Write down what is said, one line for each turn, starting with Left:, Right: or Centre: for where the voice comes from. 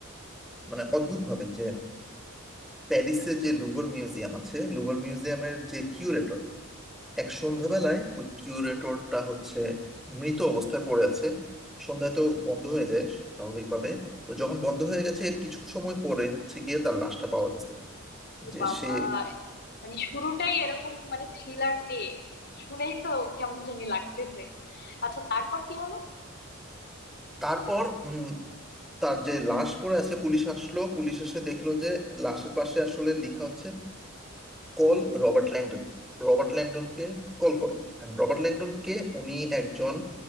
Centre: মানে অদ্ভুত ভাবে যে প্যারিসে যে লুভর মিউজিয়াম আছে লুভর মিউজিয়ামের যে কিউরেটর এক সন্ধ্যাবেলায় ওই কিউরেটরটা হচ্ছে মৃত অবস্থায় পড়ে আছে সন্ধ্যায় তো বন্ধ হয়ে যায় স্বাভাবিকভাবে তো যখন বন্ধ হয়ে গেছে কিছু সময় পরে হচ্ছে গিয়ে তার লাশটা পাওয়া গেছে
Left: ও
Centre: যে
Left: বাবা
Centre: সে
Left: মানে শুরুটাই এরকম মানে থ্রিলার দিয়ে শুনেই তো কেমন জানি লাগতেছে আচ্ছা তারপর কি হলো
Centre: তারপর উম, তার যে লাশ পড়ে আছে পুলিশ আসলো পুলিশ এসে দেখলো যে লাশের পাশে আসলে লেখা হচ্ছে কোল রবার্ট ল্যাংডন রবার্ট ল্যাংডনকে কল করো এখন রবার্ট ল্যাংডনকে উনি একজন